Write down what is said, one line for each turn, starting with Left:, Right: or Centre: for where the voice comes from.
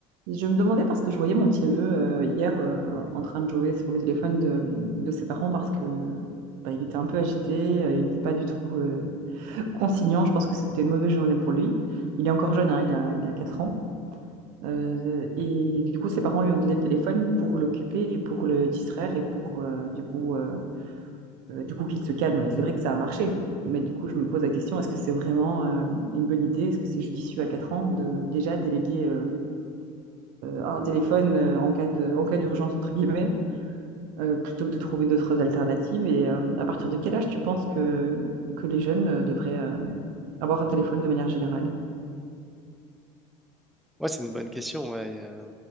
Right: Je me demandais parce que je voyais mon petit-neveu euh, hier euh, en train de jouer sur le téléphone de, de ses parents parce que bah, il était un peu agité, euh, il n'était pas du tout euh, conciliant. Je pense que c'était une mauvaise journée pour lui. Il est encore jeune, hein, il a, il a 4 ans. Euh, et du coup, ses parents lui ont donné le téléphone pour l'occuper et pour le distraire et pour euh, du coup, euh, euh, du coup qu'il se calme. Et c'est vrai que ça a marché. Mais du coup, je me pose la question, est-ce que c'est vraiment euh, une bonne idée? Est-ce que c'est judicieux à 4 ans de déjà déléguer euh, euh, un téléphone euh, en cas de, en cas d'urgence, entre guillemets, euh, plutôt que de trouver d'autres alternatives. Et euh, à partir de quel âge tu penses que, que les jeunes euh, devraient euh, avoir un téléphone de manière générale?
Centre: Ouais, c'est une bonne question. Ouais. Euh,